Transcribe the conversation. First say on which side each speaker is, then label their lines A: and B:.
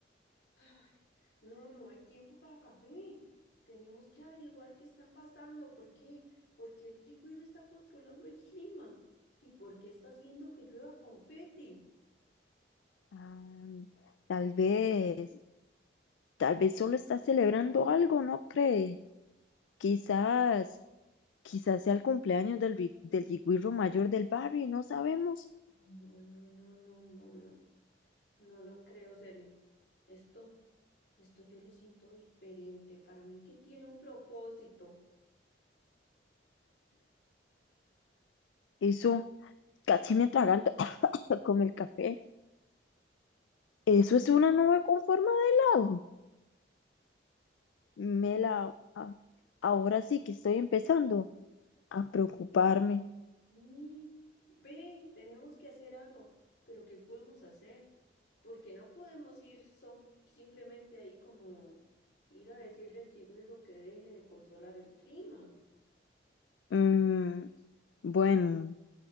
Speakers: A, on the left (about 60°); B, on the left (about 80°).
A: Ay, no, no hay tiempo para café. Tenemos que averiguar qué está pasando, por qué, por qué el chiquirro está controlando el clima y por qué está haciendo que llueva confeti.
B: Ah, tal vez, tal vez solo está celebrando algo, ¿no cree? Quizás, quizás sea el cumpleaños del, ri- del yigüirro mayor del barrio y no sabemos.
A: No, no, no, no, no, no. No lo creo, Cele. Esto, esto yo lo siento diferente. Para mí que tiene un propósito.
B: Eso casi me atraganta <coughs> con el café. Eso es una nube con forma de helado. Me a- ahora sí que estoy empezando a preocuparme.
A: Y ve, tenemos que hacer algo. Pero ¿qué podemos hacer? Porque no podemos ir son, simplemente ahí como ir a decirle al yigüirro que deje de controlar el clima.
B: Mm, bueno,